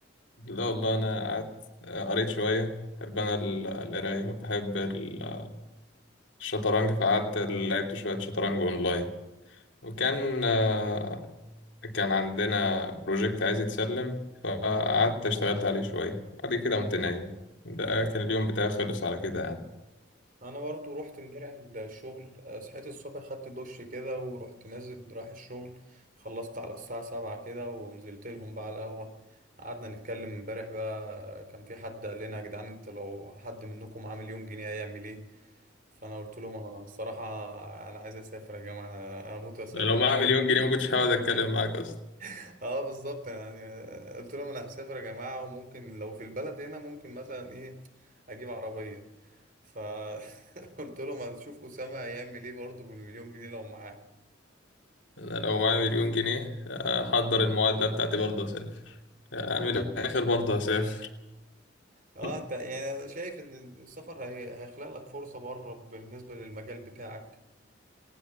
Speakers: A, on the left (about 70°); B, on the right (about 45°).
A: لا والله انا قعدت قريت شوية بحب انا ال- القراية وبحب ال- الشطرنج فقعدت لعبت شوية شطرنج اونلاين وكان آه، كان عندنا بروجكت عايز يتسلم فقعدت اشتغلت عليه شوية بعد كده قمت نايم ده كان اليوم بتاعي خلص على كده يعني
B: انا برضو رحت امبارح الشغل آه، صحيت الصبح خدت دش كده ورحت نازل رايح الشغل خلصت على الساعة سبعة كده ونزلت لهم بقى على القهوة قعدنا نتكلم امبارح بقى كان في حد قال لنا يا جدعان انت لو حد منكم عامل يوم جنيه هيعمل ايه فانا قلت لهم انا الصراحه انا عايز اسافر يا جماعه انا اموت واسافر
A: ده لو معايا مليون جنيه ما كنتش هقعد اتكلم معاك اصلا
B: <laughs> اه بالظبط يعني قلت لهم انا هسافر يا جماعه وممكن لو في البلد هنا ممكن مثلا ايه اجيب عربيه فقلت <laughs> لهم هنشوف اسامه هيعمل ايه برضه بالمليون جنيه لو معاه
A: انا لو معايا مليون جنيه احضر المعادلة بتاعتي برضه اسافر يعني من الاخر برضه هسافر
B: اه
A: <laughs>
B: انت يعني شايف ان السفر هي... هيخلق لك فرصه بره بالنسبه للمجال بتاعك